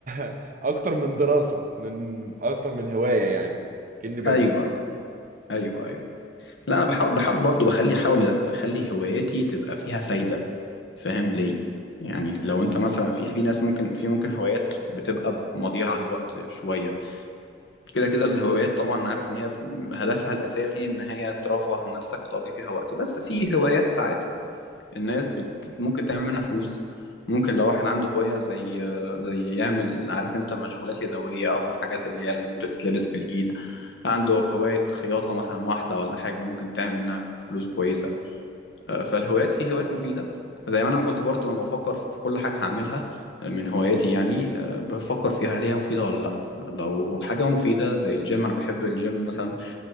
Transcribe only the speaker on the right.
<laughs> اكتر من دراسه من اكتر من هوايه يعني كأني بدرس